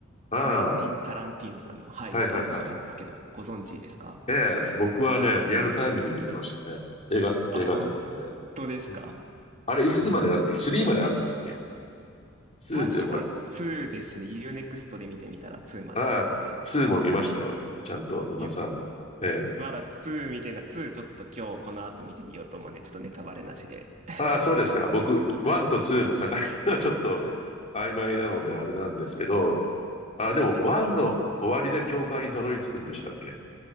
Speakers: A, on the left; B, on the right.
A: あ
B: クエンティン・タランティーノさんの、はい、
A: あ、はいはいはい。
B: 映画を見たんですけど、ご存知ですか
A: ええ、僕はね、リアルタイムで見てましたね。映画、
B: あ、
A: 映画館とかで。
B: 本当ですか
A: うん。あれ、いくつまであるんだっけ
B: うん。
A: ?3 まであるんだっけ ?2
B: 確か2ですね。
A: で終わる。
B: UNEXT で見てみたら2までだったんで、
A: ああ、ツーも見ましたよ。ちゃんと、今さま。
B: 今、
A: ええ。
B: まだ2見てない、2ちょっと今日この後見てみようと思うんで、ちょっとネタバレなしで。<laughs>
A: ああ、そうですか。僕、1と2の境がちょっと曖昧なのであれなんですけど、
B: はい。
A: あ、でも、
B: なんかもう、
A: ワンの終わりで教会にたどり着くんでしたっけ